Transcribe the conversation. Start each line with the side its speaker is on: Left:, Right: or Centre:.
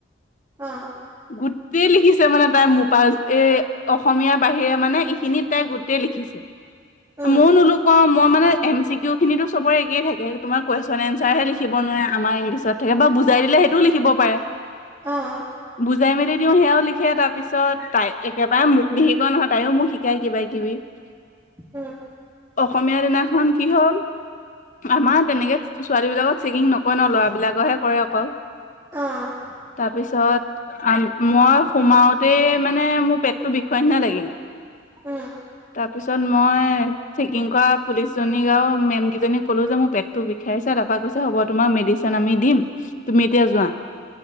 Right: অ'।
Left: গোটেই লিখিছে মানে তাই মোৰ পৰা এ! অসমীয়াৰ বাহিৰে মানে এইখিনি তাই গোটেই লিখিছে।
Right: উম,
Left: মইয়ো নোলোকাওঁ মই মানে এম চি কি ইউ খিনিতো চবৰে থাকে তোমাৰ কুৱেশ্যন এঞ্চাৰহে লিখিব নোৱাৰে আমাৰ ইংলিছত। তাকেবা বুজাই দিলে সেইটোও লিখিব পাৰে।
Right: অ'।
Left: বুজাই মেলি দিও সেয়াও লিখে তাৰ পিছত তাই একেবাৰে মোক নিশিকিওৱা নহয় তাইও মোক শিকায় কিবা- কিবি। <unintelligible>
Right: উ'ম।
Left: অসমীয়া দিনাখন কি হ'ল, আমাৰ তেনেকে ছোৱালী বিলাকত চেকিং নকৰে ন ল'ৰাবিলাকৰহে কৰে অকল।
Right: অ'।
Left: তাৰপিছত মই সোমাওতে মানে মোৰ পেটটো বিষোৱা নিচিনা লাগিলে।
Right: উ'ম।
Left: তাৰ পিছত মই চেকিং কৰা পুলিচ জনীক আৰু মেম কিজনীক ক'লো যে মোৰ পেটতটো বি খাইছা তাৰপা কৈছে হ'ব তোমাক মেডিচিন আমি দিম তুমি এতিয়া যোৱা।